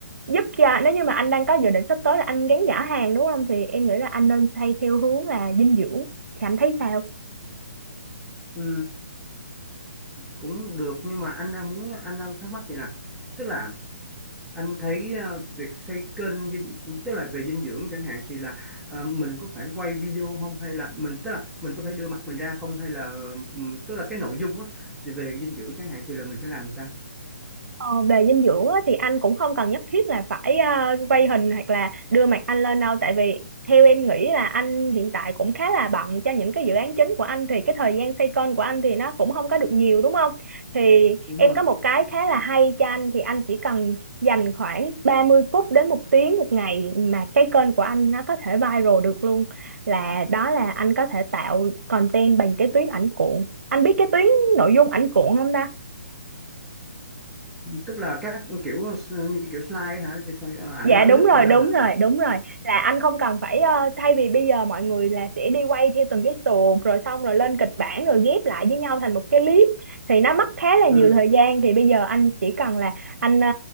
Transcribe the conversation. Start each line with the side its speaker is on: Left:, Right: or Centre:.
Right: giúp cho nếu như mà anh đang có dự định sắp tới là anh gắn giả hàng đúng không thì em nghĩ là anh nên xây theo hướng là dinh dưỡng thì anh thấy sao
Centre: ừ, cũng được nhưng mà anh đang muốn anh đang thắc mắc gì nè tức là anh thấy ờ, việc xây kênh dinh, tức là về dinh dưỡng chẳng hạn thì là ờ, mình có phải quay video không hay là mình tức là mình có phải đưa mặt mình ra không hay là ừm, tức là cái nội dung á về dinh dưỡng chẳng hạn thì là mình phải làm sao
Right: Ờ, về dinh dưỡng á, thì anh cũng không cần nhất thiết là phải ờ, quay hình hoặc là đưa mặt anh lên đâu tại vì theo em nghĩ là anh hiện tại cũng khá là bận cho những cái dự án chính của anh thì cái thời gian xoay kênh của anh thì nó cũng không có được nhiều đúng không? Thì
Centre: đúng
Right: em
Centre: rồi
Right: có một cái khá là hay cho anh thì anh chỉ cần dành khoảng 30 phút đến một tiếng một ngày mà cái kênh của anh nó có thể viral được luôn là đó là anh có thể tạo content bằng cái tuyến ảnh cuộn. Anh biết cái tuyến nội dung ảnh cuộn không
Centre: tức là các kiểu s- như kiểu slide hả Chứ sao- ờ, ảnh
Right: Dạ
Centre: nó
Right: đúng
Centre: cái lướt
Right: rồi,
Centre: qua
Right: đúng
Centre: hả
Right: rồi, đúng rồi. Là anh không cần phải ờ, thay vì bây giờ mọi người là sẽ đi quay theo từng cái tuồng rồi xong rồi lên kịch bản rồi ghép lại với nhau thành một cái clip thì nó mất khá là nhiều
Centre: ừ
Right: thời gian thì bây giờ anh chỉ cần là anh ờ,